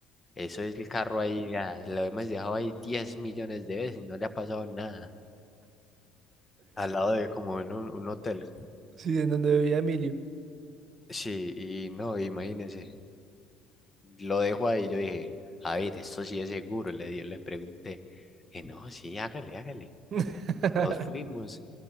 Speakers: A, on the left; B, on the right.
A: eso es el carro ahí, ah, lo hemos dejado ahí 10 millones de veces, no le ha pasado nada, al lado de como en un, un hotel,
B: Sí, en donde vivía Emilio.
A: sí, y no, imagínese, lo dejo ahí, yo dije, a ver, esto sí es seguro, le, di- le pregunté, que no, sí, hágale, hágale.
B: <laughs>
A: Nos fuimos.